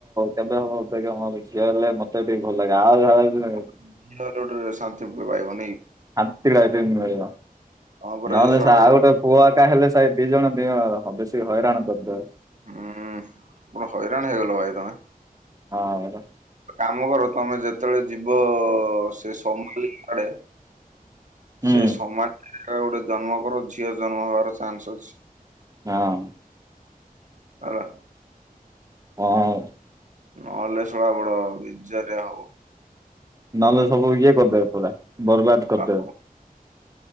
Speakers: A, on the right (about 25°); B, on the right (about 55°).
A: କେବେ ହବ ଅପେକ୍ଷା ମୋର ଝିଅ ହେଲେ ମତେ ଟିକେ ଭଲ ଲାଗେ ଆଉ <unintelligible>
B: ଅ ହେଲେ ଗୋଟେ ଶାନ୍ତି ପୁଣି ପାଇବନି।
A: ଶାନ୍ତି ଲାଇଫ ରେମିଳିବ।
B: ହଁ ପରା
A: ନହେଲେ
B: ଏ ଶଳା
A: ସେ ଆଉ
B: ହୁଁ।
A: ଗୋଟେ ପୁଅ ଆ କା ହେଲେ ସେ ଦି ଜଣ ଦି ଜଣ କର ବେଶୀ ହଇରାଣ କରିଦେବେ।
B: ହୁଁ ପୁରା ହଇରାଣ ହେଇଗଲ ଭାଇ ତମେ।
A: ହଁ ପରା।
B: କାମ କର ତମେ ଯେତେବେଳେ ଯିବ ସେ <unintelligible> ଆଡେ।
A: ହୁଁ
B: ସେ ସମାଜ ଗୋଟେ ଜନ୍ମ କର ଝିଅ ଜନ୍ମ ହବାର ଚାନ୍ସ ଅଛି।
A: ହଁ।
B: ହେଲା।
A: ହଁ।
B: ନହେଲେ ଶଳା ବଡ ବିଜାରିଆ ହବ।
A: ନହେଲେ ସବୁ ଇଏ କରିଦେବେ ପୁରା ବର୍ବାଦ କରିଦେବେ।
B: ଆଉ